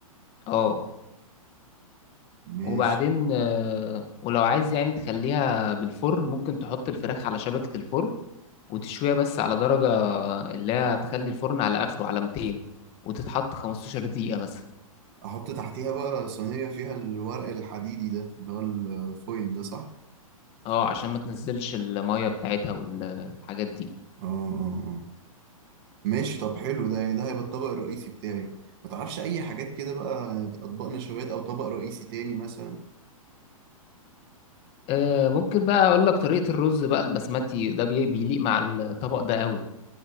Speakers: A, on the left (about 35°); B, on the right (about 45°).
A: اه
B: ماشي
A: وبعدين آه، ولو عايز يعني تخليها بالفرن ممكن تحط الفراخ على شبكة الفرن وتشويها بس على درجة اللي هي هتخلي الفرن على آخره على 200 وتتحط 15 دقيقة مثلا
B: احط تحتيها بقى صينية فيها الورق الحديدي ده اللي هو الفويل ده صح
A: اه عشان ما تنزلش المية بتاعتها والحاجات دي
B: اه اه اه ماشي طب حلو ده يعني ده هيبقى الطبق الرئيسي بتاعي ما تعرفش اي حاجات كده بقى يعني اطباق نشويات او طبق رئيسي تاني مثلا
A: آه، ممكن بقى اقول لك طريقة الرز بقى البسمتي ده بي- بيليق مع الطبق ده قوي